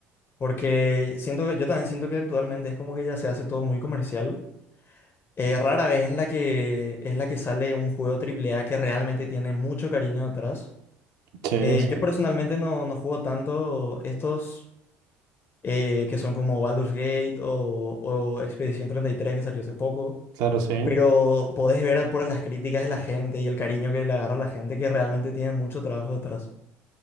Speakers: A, on the left (about 35°); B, on the right (about 60°).
A: Porque siento que, yo también siento que actualmente es como que ya se hace todo muy comercial. Eh, rara vez en la que es la que sale un juego triple A que realmente tiene mucho cariño detrás.
B: Sí, es-
A: Eh, yo personalmente no, no juego tanto estos eh, que son como Baldur's Gate o, o Expedición treinta y tres que salió hace poco.
B: claro, sí.
A: Pero podés ver por las críticas de la gente y el cariño que le agarra la gente que realmente tiene mucho trabajo detrás.